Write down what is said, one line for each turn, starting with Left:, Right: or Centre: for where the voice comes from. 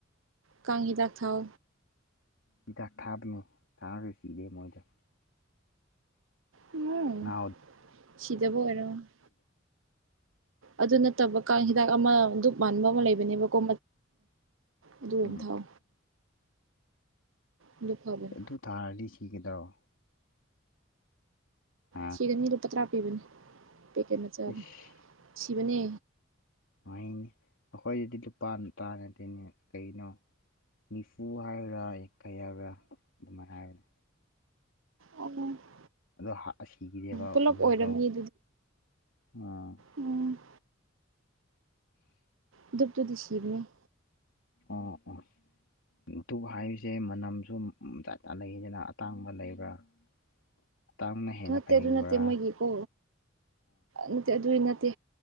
Right: ꯀꯥꯡ ꯍꯤꯗꯥꯛ ꯊꯥꯎ
Left: ꯍꯤꯗꯥꯛ ꯊꯥꯒꯅꯣ ꯊꯥꯔꯒ ꯁꯤꯗꯦ ꯃꯣꯢꯁꯦ
Right: ꯎꯝ
Left: ꯍ <inaudible>
Right: ꯁꯤꯗꯕ ꯑꯣꯢꯔꯝꯒꯅꯤ ꯑꯗꯨ ꯅꯠꯇꯕ ꯀꯥꯡ ꯍꯤꯗꯥꯛ ꯑꯃ ꯗꯨꯛ ꯃꯥꯟꯕ ꯑꯃ ꯂꯩꯕꯅꯦꯕꯀꯣ ꯑꯗꯨ
Left: ꯎꯝ
Right: ꯊꯥꯎ ꯑꯗꯨ ꯐꯕꯅꯦ
Left: ꯑꯗꯨ ꯊꯔꯥꯗꯤ ꯁꯤꯒꯥꯗꯔꯣ ꯑꯥ
Right: ꯁꯤꯒꯅꯤ ꯂꯨꯄꯥ ꯇꯔꯥ ꯄꯤꯕꯅꯦ ꯄꯦꯀꯦꯠ ꯃꯆꯥ ꯑꯗꯨ
Left: ꯏꯁ
Right: ꯁꯤꯕꯅꯦ
Left: <unintelligible> ꯑꯩꯈꯣꯌꯒꯤ ꯂꯨꯄꯥ ꯅꯨꯄꯥ ꯅꯥꯠꯇꯦꯅꯦ ꯀꯔꯤꯅꯣ ꯅꯤꯐꯨ ꯍꯥꯌꯔꯒꯥ ꯀꯤꯌꯥꯔꯥ ꯑꯗꯨꯃꯥꯏꯍꯥꯏꯕꯅꯦ
Right: ꯎꯝ
Left: ꯑꯗꯣ ꯍꯠꯂꯥ ꯁꯤꯈꯔꯦꯕ
Right: ꯄꯨꯂꯞ
Left: ꯃꯣꯏꯗꯣ
Right: ꯑꯣꯏꯔꯝꯅꯤ
Left: ꯎꯝ
Right: ꯎꯝ <unintelligible> ꯁꯤꯕꯅꯤ
Left: ꯑ ꯑꯥ ꯗꯨꯛ ꯍꯥꯏꯔꯤꯁꯦ ꯃꯅꯝꯁꯨ ꯖꯠ ꯖꯠ ꯂꯩꯗꯅ ꯑꯇꯥꯡꯕ ꯂꯩꯕ꯭ꯔꯥ <inaudible> ꯍꯦꯟꯅ
Right: ꯅꯠꯇꯦ
Left: ꯐꯩꯕ꯭ꯔꯥ
Right: ꯑꯗꯨ ꯅꯠꯇꯦ ꯃꯣꯏꯒꯤꯀꯣ ꯅꯠꯇꯦ ꯑꯗꯨꯗꯤ ꯅꯠꯇꯦ